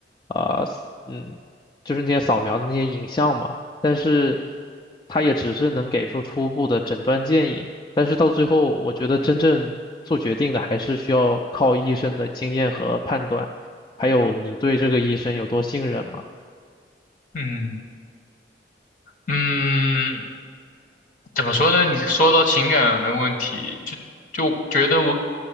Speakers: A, on the left; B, on the left.
A: 啊。嗯，就是那些扫描的那些影像嘛，但是它也只是能给出初步的诊断建议，但是到最后，我觉得真正做决定的还是需要靠医生的经验和判断，还有你对这个医生有多信任嘛。
B: 嗯嗯，怎么说呢？你说到情感的问题，就就觉得我